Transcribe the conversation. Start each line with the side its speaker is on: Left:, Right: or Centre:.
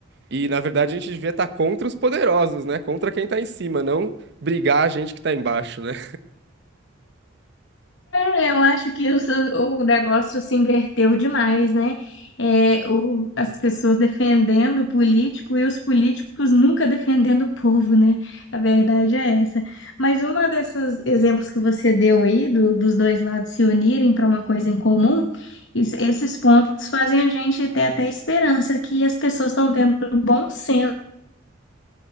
Right: e, na verdade, a gente devia estar contra os poderosos, né? Contra quem tá em cima, não brigar a gente que tá embaixo, né?
Left: É, eu acho que o, seu- o negócio se inverteu demais, né? É, o- as pessoas defendendo o político e os políticos nunca defendendo o povo, né? A verdade é essa. Mas uma desses exemplos que você deu aí, do- dos dois lados se unirem para uma coisa em comum, isso- esses pontos fazem a gente ter até esperança que as pessoas estão tendo bom senso.